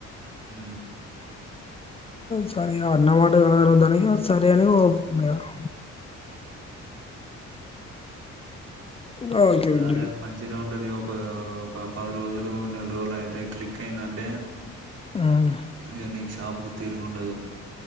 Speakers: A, on the right; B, on the left.
A: హ
B: సరే ఇగ అన్నమాట ఎవరు దానికి సరే అని ఒప్పుకున్నారు ఇగ ఓకే ఇద్దరివి
A: అలా మంచిగానే <unintelligible> ది ఒక ఒక పది రోజులు నెల రోజులు అయితే క్లిక్ అయిందంటే
B: మ్మ్
A: ఇక నీ షాప్ తిరిగుండదు